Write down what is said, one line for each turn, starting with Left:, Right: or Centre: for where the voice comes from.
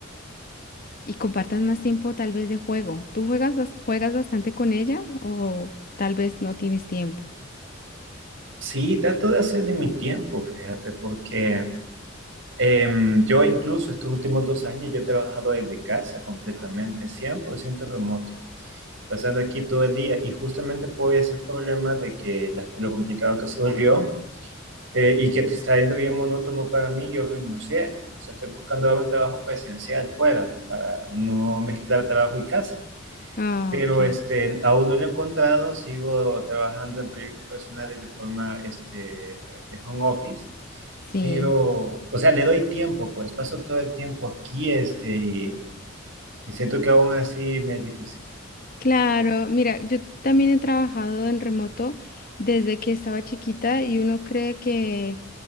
Left: y compartan más tiempo tal vez de juego. ¿Tú juegas, bas- juegas bastante con ella o tal vez no tienes tiempo?
Right: Sí, trato de hacer de mi tiempo, fíjate, porque em, yo incluso estos últimos dos años yo he trabajado desde casa completamente, 100% remoto. pasando aquí todo el día. Y justamente por esos problemas de que la, lo complicado que se volvió eh, y que te está yendo bien monótono para mí, yo renuncié. O sea, estoy buscando ahora un trabajo presencial fuera para no mezclar trabajo y casa.
Left: Ah,
Right: Pero
Left: ok.
Right: este, aún no lo he encontrado, sigo trabajando en proyectos personales de forma este, de home office.
Left: Sí,
Right: Pero, o sea, le doy tiempo, pues paso todo el tiempo aquí este, y, y siento que aún así me es difícil.
Left: claro. Mira, yo también he trabajado en remoto desde que estaba chiquita y uno cree que